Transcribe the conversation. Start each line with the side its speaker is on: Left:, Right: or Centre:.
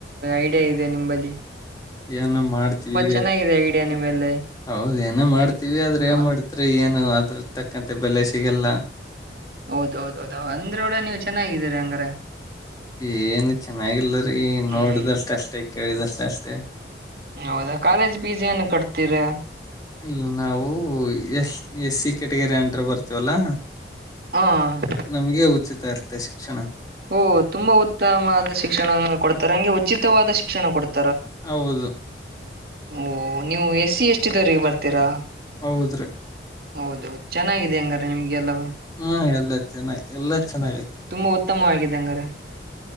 Right: ಐಡಿಯಾ ಇದೆ ನಿಮ್ಮಲ್ಲಿ
Left: ಏನು ಮಾಡ್ತವಿ
Right: ಚೆನ್ನಾಗಿದೆ ಐಡಿಯಾ ನಿಮ್ಮಲ್ಲಿ
Left: ಹೌದ ಏನ ಮಾಡ್ತೀವಿ ಆದ್ರ ಏನ್
Right: ಹೌದ
Left: ಮಾಡ್ತ್ರಿ ಏನು ಆದ್ರ ತಕ್ಕಂತೆ ಬೆಲೆ ಸಿಗಲ್ಲ
Right: ಹೌದೌದೌದ ಅಂದ್ರೆ ಕೂಡ ನೀವ್ ಚೆನ್ನಾಗಿದೀರಿ ಹಂಗಾರ
Left: ಏನ್ ಚೆನ್ನಾಗಿಲ್ರಿ
Right: ಹ್ಮ್
Left: ನೋಡ್ದಷ್ಟ ಅಷ್ಟೇ ಕೇಳಿದಷ್ಟ ಅಷ್ಟೇ
Right: ಹೌದಾ ಕಾಲೇಜ್ ಪೀಸ್ ಏನು ಕಟ್ತೀರಾ
Left: ಇಲ್ಲ ನಾವು ಎಸ್ ಎಸ್ ಸಿ ಕ್ಯಾಟಗರಿ ಅಟ್ರ ಬರ್ತೇವಲ್ಲಾ
Right: ಹ
Left: ನಮ್ಗೆ ಉಚಿತ ಇರ್ತ ಶಿಕ್ಷಣ
Right: ಓ ತುಂಬಾ ಉತ್ತಮವ ಶಿಕ್ಷಣ ಕೊಡ್ತಾರೆ ಹಂಗೆ ಉಚಿತವಾದ ಶಿಕ್ಷಣ ಕೊಡ್ತಾರೆ
Left: ಹೌದು
Right: ಓಹ ನೀವು ಎಸ್ ಸಿ ಎಷ್ಟಿದವ್ರಿಗೆ ಬರ್ತೀರಾ
Left: ಹೌದ್ರಿ
Right: ಹೌದು ಚೆನ್ನಾಗಿದೆ ಹಂಗಾರೆ ನಿಮ್ಗೆ ಎಲ್ಲ
Left: ಹ್ಮ್ ಎಲ್ಲ ಚೆನ್ನಾ ಎಲ್ಲ ಚೆನ್ನಾಗಾಯ್ತು
Right: ತುಂಬಾ ಉತ್ತಮವಾಗಿದೆ ಅಂಗಾರೆ